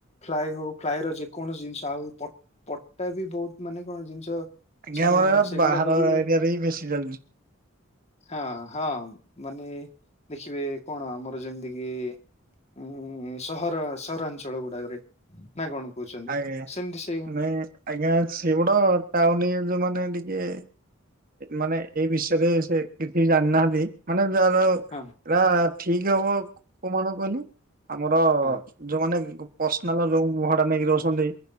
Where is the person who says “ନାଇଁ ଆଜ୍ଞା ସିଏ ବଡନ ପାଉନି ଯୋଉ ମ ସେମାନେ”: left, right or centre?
Right